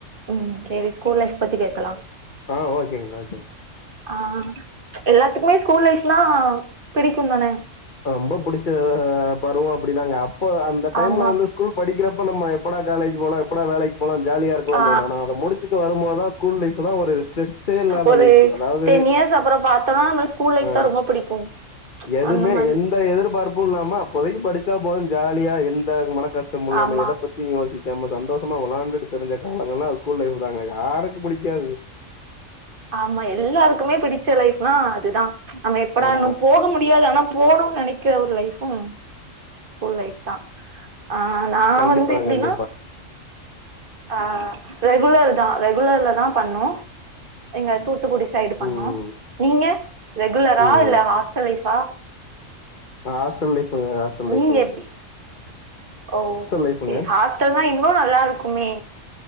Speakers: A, on the right; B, on the left.
A: ம் சேரி ஸ்கூல் லைஃப் பத்தி பேசலா
B: ஆ ஓகேங்க ஓகேங்க
A: ஆ எல்லாத்துக்குமே ஸ்கூல் லைஃப்ன்னா பிடிக்கு தான
B: ரொம்ப புடுச்ச பருவோ அப்டிதாங்க அப்போ அந்த டைம்ல
A: ஆமா
B: வந்து ஸ்கூல் படிக்கிறப்ப நம்ம எப்படா காலேஜ் போலா எப்படா வேலைக்கு போலா ஜாலியாருக்கலானு
A: ஆ
B: தோணு ஆனா அத முடிச்சு விட்டு வருபோதுதா ஸ்கூல் லைஃப் தா ஒரு ஸ்ட்ரீச் ஸ்ட்டே இல்லாத
A: ஒரு
B: லைஃப் அதாவுது
A: டென் இயர்ஸ் அப்புறோ பாத்தோனா நம்ம ஸ்கூல் லைஃப்
B: அ
A: தா ரொம்ப பிடிக்கு
B: எதுவுமே
A: அந்த மாரி
B: எந்த எந்த எதிர்பார்ப்பு இல்லாம அப்போதைக்கு படிச்சா போது ஜாலியா எந்த மன கஷ்டமு இல்லாம
A: ஆமா
B: எத பத் தியு யோசிக்காம சந்தோஷமா விளாண்டுட்டு திரிஞ்ச காலங்லா ஸ்கூல் லைஃப் தாங்க யாருக்கு பிடிக்காது
A: ஆமா எல்லாருக்குமே பிடிச்ச லைஃப்னா அதுதா நம்ம எப்படா
B: ஆமா
A: இன்னு போக முடியாது ஆனா போனுனு நெனைக்கிற ஒரு லைஃபு ஸ்கூல் லைஃப் தா ஆ நா
B: கண்டிப்பா
A: வந்து எப்டின்னா
B: கண்டிப்பா
A: ஆ ரெகுலர் தா ரெகுலர்ல தா பண்ணு எங்க தூத்துக்குடி சைடு பண்ணோ
B: ம்
A: நீங்க ரெகுலரா
B: ம்
A: இல்ல ஹாஸ்டல் லைஃப்ஆ
B: நா ஹாஸ்டல் லைஃப்புங்க ஹாஸ்டல் லைஃப்புங்க
A: நீங்க எப்டி ஓ
B: லைஃப்ங்க
A: சேரி ஹாஸ்டல்னா இன்னு நல்லாருக்குமே